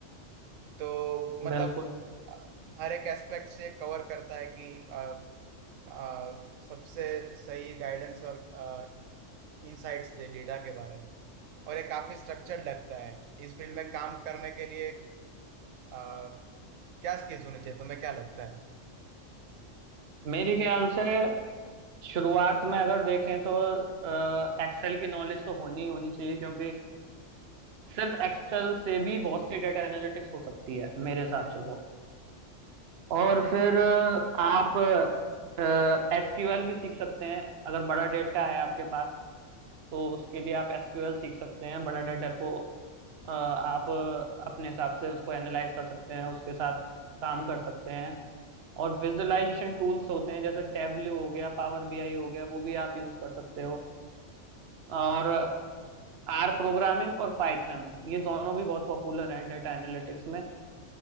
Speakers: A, on the right; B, on the right.
A: तो मतलब
B: बिल्कुल
A: अ, हर एक एस्पेक्ट से कवर करता है कि अ, अ, सबसे सही गाइडेंस और इंसाइट्स दे डेटा के बारे में और ये काफी स्ट्रक्चर्ड लगता है इस फील्ड में काम करने के लिए अ, क्या स्किल्स होने चाहिए तुम्हें क्या लगता है
B: मेरे ख्याल से शुरुआत में अगर देखें तो एक्सेल की नॉलेज तो होनी ही होनी चाहिए क्योंकि सिर्फ एक्सेल से भी बहुत सी डेटा एनालिटिक्स हो सकती है मेरे हिसाब से तो और फिर अ, आप एसक्यूएल भी सीख सकते हैं अगर बड़ा डेटा है आपके पास तो उसके लिए आप एसक्यूएल सीख सकते हैं बड़ा डेटा को अ, आप अ, अपने हिसाब से उसको एनालाइज कर सकते हैं उसके साथ काम कर सकते हैं और विजुअलाइजेशन टूल्स होते हैं जैसे टेबलो हो गया पावर बीआई हो गया वो भी आप यूज कर सकते हो और आर प्रोग्रामिंग और पाइथन ये दोनों भी बहुत पॉपुलर हैं डेटा एनालिटिक्स में